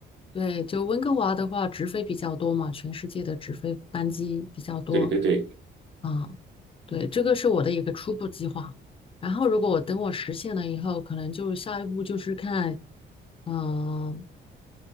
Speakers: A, on the left; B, on the right.
A: 对，就温哥华的话，直飞比较多嘛，全世界的直飞班机比较多
B: 对对对，
A: 啊。对，这个是我的一个初步计划。然后，如果我等我实现了以后，可能就下一步就是看，嗯、